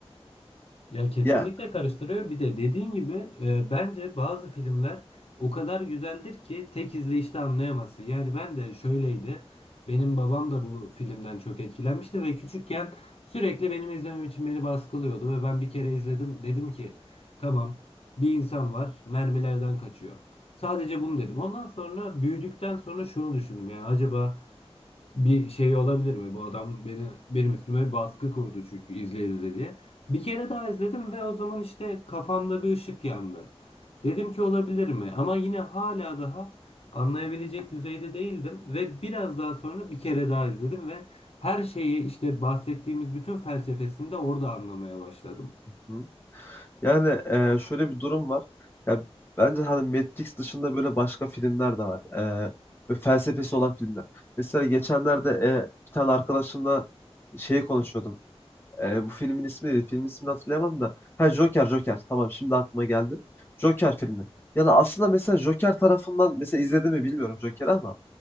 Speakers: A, on the left (about 65°); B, on the left (about 20°).
A: Ya kesinlikle
B: Ya
A: karıştırıyor. Bir de dediğin gibi e, bence bazı filmler o kadar güzeldir ki tek izleyişte anlayamazsın. Yani ben de şöyleydi. Benim babam da bu filmden çok etkilenmişti ve küçükken sürekli benim izlemem için beni baskılıyordu ve ben bir kere izledim. Dedim ki tamam bir insan var mermilerden kaçıyor. Sadece bunu dedim. Ondan sonra büyüdükten sonra şunu düşündüm yani acaba bir şey olabilir mi? Bu adam beni benim üstüme bir baskı kurdu çünkü izle izle diye. Bir kere daha izledim ve o zaman işte kafamda bir ışık yandı. Dedim ki olabilir mi? Ama yine hala daha anlayabilecek düzeyde değildim ve biraz daha sonra bir kere daha izledim ve her şeyi işte bahsettiğimiz bütün felsefesini de orada anlamaya başladım.
B: Hı. Yani e, şöyle bir durum var. Ya bence hani Matrix dışında böyle başka filmler de var. E, ve felsefesi olan filmler. Mesela geçenlerde e, bir tane arkadaşımla şeyi konuşuyordum. E, bu filmin ismi neydi? Filmin ismini hatırlayamam da. Ha Joker, Joker. Tamam şimdi aklıma geldi. Joker filmi. Yani aslında mesela Joker tarafından mesela izledim mi bilmiyorum Joker'i ama